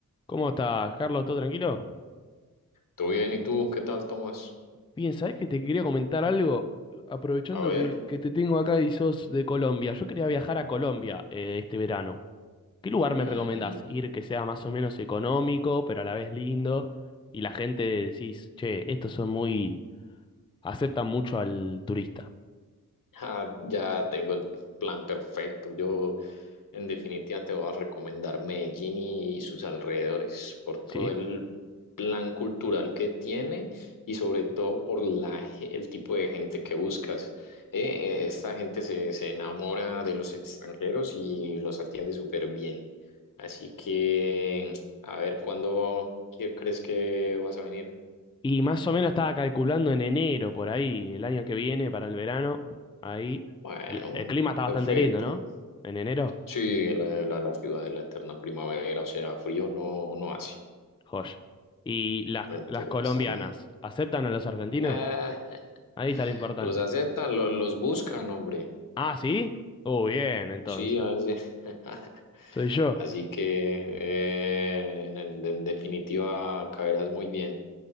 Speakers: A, on the left (about 15°); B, on the left (about 75°).
A: ¿Cómo estás, Carlos? ¿Todo tranquilo?
B: ¿Todo bien? ¿Y tú? ¿Qué tal, Tomás?
A: Bien, ¿sabés que te quería comentar algo? Aprovechando
B: A ver.
A: que, que te tengo acá y sos de Colombia. Yo quería viajar a Colombia eh, este verano. ¿Qué lugar
B: Mm,
A: me recomendás?
B: mm.
A: Ir que sea más o menos económico, pero a la vez lindo. Y la gente decís, che, estos son muy... aceptan mucho al turista,
B: Ah, ya tengo el plan perfecto. Yo, en definitiva, te voy a recomendar Medellín y sus alrededores por todo
A: ¿sí?
B: el plan cultural que tiene y sobre todo por la, ge- el tipo de gente que buscas. Eh, eh, esta gente se, se enamora de los extranjeros y los atiende súper bien. Así que, a ver, ¿cuándo quie- crees que vas a venir?
A: Y más o menos estaba calculando en enero, por ahí, el año que viene, para el verano. Ahí,
B: Bueno,
A: el, el clima está
B: perfecto.
A: bastante lindo, ¿no? En enero.
B: Sí, la, la- la ciudad de la eterna primavera, o sea, frío no, no hace.
A: Joya. ¿Y las,
B: Entonces
A: las colombianas
B: va a estar bueno.
A: aceptan a los argentinos?
B: Eh, <laughs>
A: Ahí está lo importante.
B: los aceptan, lo- los, buscan, hombre.
A: Ah, ¿sí? Oh, bien, entonces.
B: Sí, a veces. <laughs>
A: Soy yo.
B: Así que eh, en, en- en definitiva caerás muy bien.